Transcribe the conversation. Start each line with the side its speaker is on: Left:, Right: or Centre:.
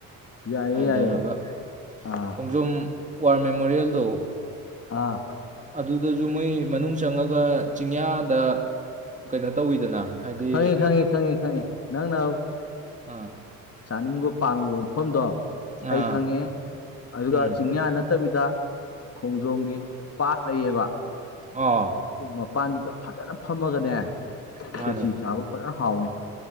Left: ꯌꯥꯏꯌꯦ
Right: ꯍꯥꯏ
Left: ꯌꯥꯏꯌꯦ
Right: ꯇꯔꯒ
Left: ꯑꯥ
Right: ꯈꯣꯡꯖꯣꯝ ꯋꯥꯔ ꯃꯦꯃꯣꯔꯤꯌꯦꯜꯗꯣ
Left: ꯑꯥ
Right: ꯑꯗꯨꯗꯁꯨ ꯃꯣꯏ ꯃꯅꯨꯡ ꯆꯪꯉꯒ ꯆꯤꯡꯌꯥꯗ ꯀꯩꯅꯣ ꯇꯧꯋꯤꯗꯅ ꯍꯥꯏꯗꯤ
Left: ꯈꯪꯉꯤ ꯈꯪꯉꯤ ꯈꯪꯉꯤ ꯈꯪꯉꯦ ꯅꯪ ꯅꯅꯥ
Right: ꯎꯝ
Left: ꯆꯥꯅꯤꯡꯕ ꯄꯥꯝꯃꯤꯕ ꯃꯐꯝꯗꯣ
Right: ꯑꯥ
Left: ꯑꯩ ꯈꯪꯉꯦ ꯑꯗꯨꯒ
Right: ꯎꯝ
Left: ꯆꯤꯡꯌꯥ ꯅꯠꯇꯕꯤꯗ ꯈꯣꯡꯖꯣꯝꯒꯤ ꯄꯥꯠ ꯂꯩꯌꯦꯕ
Right: ꯑꯥ
Left: ꯃꯄꯥꯟꯗꯨꯗ ꯐꯖꯅ ꯐꯝꯃꯒꯅꯦ
Right: ꯃꯥꯅꯦ
Left: ꯈꯦꯆꯤ ꯆꯥꯕ ꯐꯖꯅ ꯍꯥꯎꯋꯦ